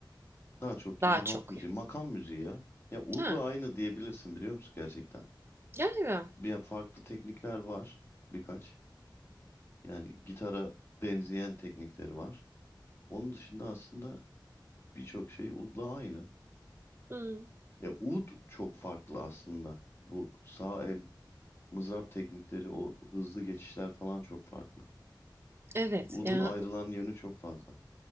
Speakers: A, on the left; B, on the right.
A: Daha çok
B: Daha
A: yine halk
B: çok
A: müziği,
B: ya.
A: makam müziği ya. Ya udla
B: Ha,
A: aynı diyebilirsin biliyor musun gerçekten?
B: gerçekten.
A: Bir yani farklı teknikler var birkaç. Yani gitara benzeyen teknikleri var. Onun dışında aslında birçok şey udla aynı.
B: Hmm,
A: Ya ud çok farklı aslında. Bu sağ el mızrap teknikleri, o hızlı geçişler falan çok farklı.
B: Evet
A: Udun
B: yani
A: ayrılan yönü çok fazla.